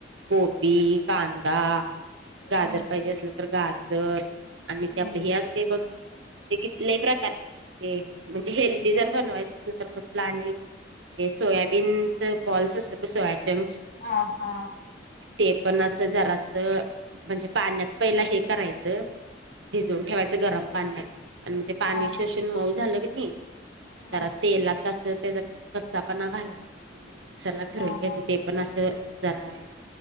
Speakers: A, on the right; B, on the left.
A: कोबी, कांदा, गाजर
B: हम्म.
A: पाहिजे असल, तर गाजर आणि
B: हम्म.
A: ते आपले हे असतय बघ. एकएक लय प्रकारचे असतय. ते म्हणजे हेल्दी जर बनवायचं असेल तर मग तुला आणि, ते सोयाबीनच बॉल्स असतात बग सोयाचंक्स.
B: हा हा.
A: ते पण असं जरास, म्हणजे पाण्यात पहिला हे करायचं. भिजवून ठेवायचं गरम पाण्यात, आणि मग ते
B: हा.
A: पाणी शोषून मऊ झालं कणी.
B: हम्म.
A: जरा तेलात असं त्याचा कच्चा पणा घालवायचं मी मिक्सर ला फिरवून
B: हा
A: घ्यायचं
B: हा.
A: ते पण असं. जरा